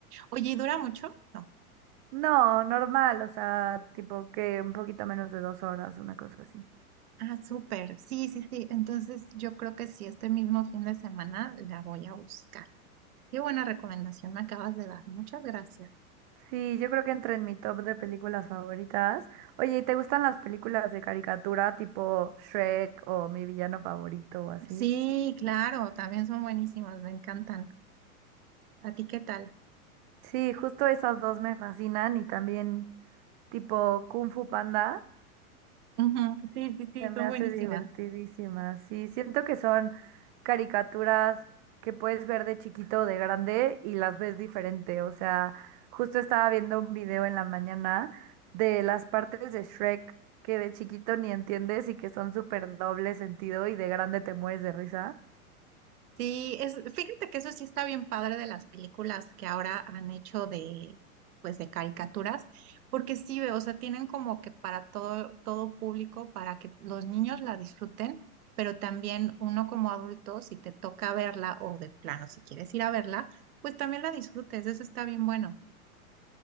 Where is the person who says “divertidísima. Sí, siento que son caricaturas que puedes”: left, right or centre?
Right